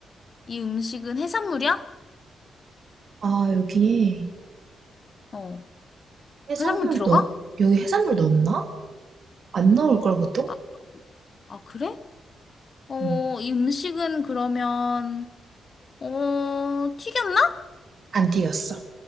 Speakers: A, on the left; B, on the right.
A: 이 음식은 해산물이야?
B: 아, 여기에
A: 어,
B: 해산물
A: 해산물 들어가?
B: 넣, 여기 해산물 넣었나? 안 넣을 걸 보통?
A: 아, 아, 그래? 어,
B: 음,
A: 이 음식은 그러면, 어, 튀겼나?
B: 안 튀겼어.